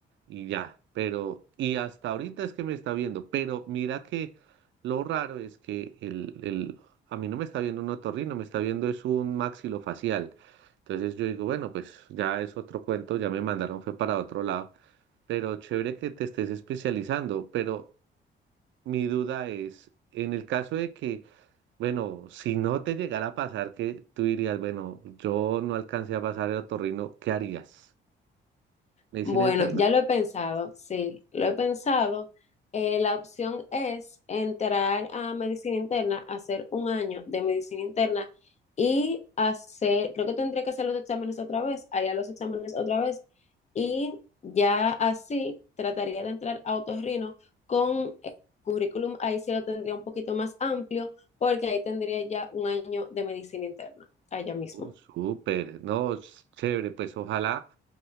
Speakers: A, on the right; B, on the left.
A: y ya, pero, y hasta ahorita es que me está viendo, pero mira que lo raro es que el, el, a mí no me está viendo un otorrino, me está viendo es un maxilofacial. Entonces yo digo, bueno, pues ya es otro cuento, ya me mandaron fue para otro lado, pero chévere que te estés especializando, pero mi duda es, en el caso de que, bueno, si no te llegara a pasar que tú dirías, bueno, yo no alcancé a pasar el otorrino, ¿qué harías? ¿Medicina
B: Bueno,
A: interna?
B: ya lo he pensado, sí, lo he pensado. Eh, la opción es entrar a medicina interna, hacer un año de medicina interna y hacer, creo que tendría que hacer los exámenes otra vez, haría los exámenes otra vez y ya así trataría de entrar a otorrino con el currículum, ahí sí lo tendría un poquito más amplio porque ahí tendría ya un año de medicina interna, allá mismo.
A: Oh, súper, no, es chévere, pues ojalá,